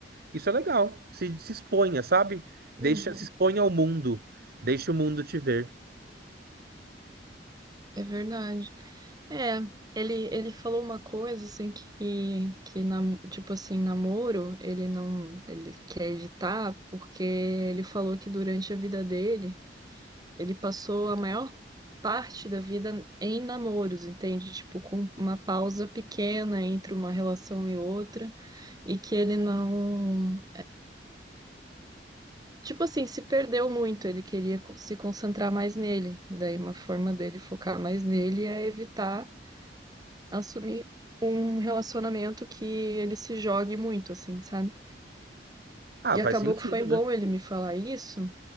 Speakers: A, on the right (about 60°); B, on the right (about 20°).
A: Isso é legal. Se, se exponha, sabe?
B: uhum,
A: Deixa, se exponha ao mundo. Deixa o mundo te ver.
B: é verdade. É, ele, ele falou uma coisa assim que, que nam- tipo assim, namoro, ele não, ele quer evitar porque ele falou que durante a vida dele, ele passou a maior parte da vida em namoros, entende? Tipo, com uma pausa pequena entre uma relação e outra, e que ele não, tipo assim, se perdeu muito, ele queria co- se concentrar mais nele. Daí uma forma dele focar mais nele é evitar assumir um relacionamento que ele se jogue muito, assim, sabe?
A: Ah,
B: E
A: faz
B: acabou
A: sentido,
B: que foi bom
A: né?
B: ele me falar isso.